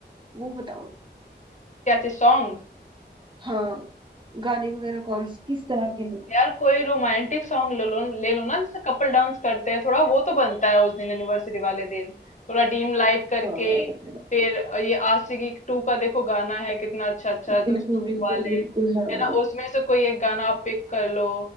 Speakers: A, on the right; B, on the left.
A: वो बताओ
B: क्या चीज सॉन्ग
A: हाँ गाने वगैरह कौन से किस तरह के लूं
B: यार कोई रोमांटिक सॉन्ग ले लो ले लो ना जैसे कपल डांस करते हैं थोड़ा वो तो बनता है उस दिन एनिवर्सरी वाले दिन थोड़ा डीम लाइट करके
A: हाँ
B: फिर ये आशिकी टू का देखो गाना है कितना अच्छा अच्छा एकदम
A: बिल्कुल
B: स्लो
A: बिल्कुल
B: वाले
A: बिल्कुल हाँ
B: है ना उसमें से कोई एक गाना आप पिक कर लो